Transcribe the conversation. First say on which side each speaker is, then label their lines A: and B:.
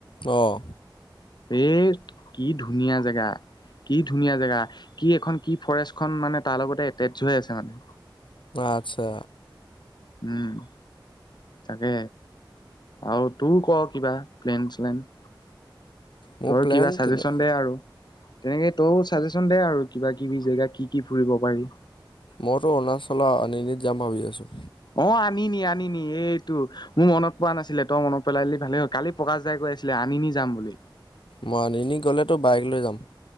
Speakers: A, on the left (about 85°); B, on the left (about 60°).
A: অঁ
B: এ, কি ধুনীয়া জেগা, কি ধুনীয়া জেগা কি এখন কি ফৰেষ্ট খখন মানে তাৰ লগতে এটেচ হৈ আছে মানে।
A: আচ্ছা।
B: উম। তাকে আৰু তোৰ ক কি'বা প্লেন, চ্লেন?
A: মোৰ
B: তোৰ
A: প্লেন
B: কি'বা চাজেশচন
A: তেনে
B: দে আৰু। তেনেকৈ তো ছাজেশ্যন দে আৰু কিবা, কিবি জেগা কি, কি ফুৰিব পাৰি।
A: মইতো অৰুণাচলৰ আনিনীত যাম ভাবি আছোঁ।
B: অ, আনিনি, আনিনি এইটো মোৰ মনত পোৱা নাছিলে তই মনত পেলাইলি ভালে হ'ল কালি প্ৰকাশ দাই কৈ আছিল আনি নি যাম বুলি।
A: মানিনী গ'লেতো বাইক লৈ যাম।